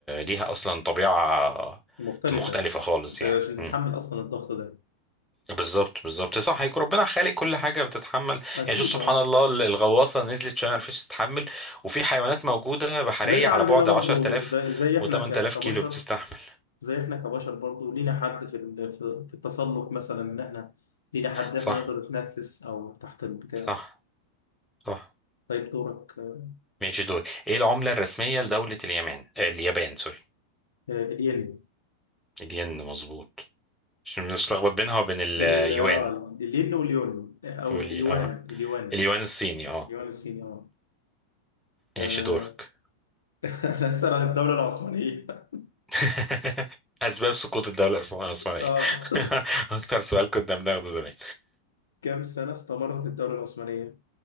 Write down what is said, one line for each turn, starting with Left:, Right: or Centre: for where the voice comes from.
Centre: ليها اصلا طبيعه
Left: مختلفة
Centre: مختلفه خالص
Left: انت
Centre: يعني
Left: عشان
Centre: مم.
Left: تتحمل اصلا الضغط ده
Centre: بالظبط بالظبط صح هيك ربنا خالق كل حاجه بتتحمل
Left: اكيد
Centre: يعني شوف سبحان
Left: اه
Centre: الله ال- الغواصه نزلت عشان ما عرفتش تتحمل وفي حيوانات موجوده بحريه
Left: زي عندنا
Centre: على بعد
Left: برضه
Centre: 10000
Left: زي, زي احنا
Centre: و8000
Left: ك- كبشر
Centre: كيلو بتستحمل
Left: زي احنا كبشر برضه لينا حد في ال- في في التسلق مثلا ان احنا لينا حد
Centre: صح
Left: احنا نقدر نتنفس او تحت البتاع
Centre: صح صح
Left: طيب دورك آه،
Centre: ماشي دول ايه العملة الرسمية لدولة اليمن آه، اليابان سوري
Left: الين
Centre: الين مظبوط عشان بنتلخبط بينها وبين اليوان
Left: ال- آه، الين واليون آه، او
Centre: والي...
Left: اليوان
Centre: اه
Left: اليوان
Centre: اليوان الصيني اه
Left: اليوان الصيني اه آه،
Centre: ماشي دورك
Left: <laughs> انا هسأل عن الدولة العثمانية <laughs>
Centre: <laughs> اسباب سقوط الدولة العث- العثمانية
Left: اه
Centre: <laughs> اكتر سؤال كنا بناخده زمان
Left: كم سنة استمرت الدولة العثمانية